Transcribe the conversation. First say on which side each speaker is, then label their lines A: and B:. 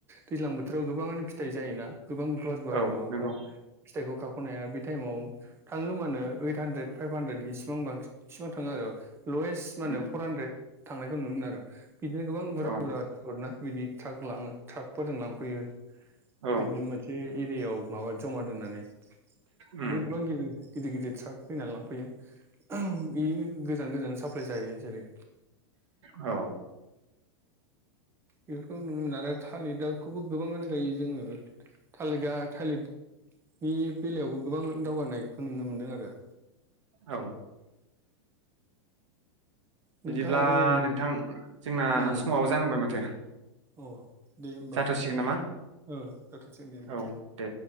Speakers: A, on the right; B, on the right.
A: दैज्लां बोथोराव गोबाङानो फिथाइ जायोना गोबां गुवार -गुवार
B: औ
A: माबाफ्रा
B: नंगौ
A: फिथाइखौ खाम खनाया बे टाइमाव थाङो मानो ओइथ हानद्रेद फाइभ हानद्रेद इसेबां बांसिन इसिबां थाङो आरो लवेस्ट मा होनो
B: उम
A: फर हान्ड्रेद थांनायखौ नुनो आरो बिदिनो गोबां बुरजा
B: औ
A: -बुरजा फोरना बिदि ट्राक लाङो ट्राकफोरजों लांफैयो
B: औ
A: बिदिनो मोनसे एरियायाव माबा जमा दोननानै
B: उम
A: बिदिनो गोबां गिलिर गिदिर गिदिर ट्राक फैनानै लांफैयो उम बेयो गोजान गोजान साप्लाय जाहायो जेरै
B: औ
A: बेफोरखौ नुनो मोनो आरो थालिदाखौबो गोबाङानो गायो जोङो थालिगा थालिद नि बेलायावबो गोबां दावगानायखौ नुनो मोनदों आरो
B: औ
A: नोंथाङा
B: बिदिब्ला
A: आरो नै
B: नोंथां जोंना
A: उम
B: समाबो जाहांबाय माथो
A: अ दे होमबा
B: जाथ'सिगोन नामा
A: ओ दाथ'सै दे होमबा
B: औ दे